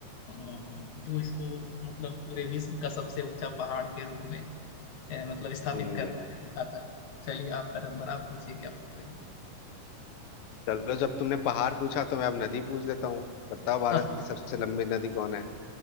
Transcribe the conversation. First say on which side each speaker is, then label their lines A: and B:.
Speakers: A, on the left; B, on the left.
A: हाँ, हाँ, जो इसको मतलब पूरे विश्व का सबसे ऊंचा पहाड़ के रूप में ए, मतलब स्थापित
B: हम्म
A: करता है या दिखाता है चलिए आपका नंबर आप पूछिए क्या पूछ रहे हैं
B: चलो जब तुमने पहाड़ पूछा तो मैं अब नदी पूछ देता हूँ बताओ
A: <laughs>
B: भारत
A: हाँ,
B: की सबसे लंबी नदी कौन है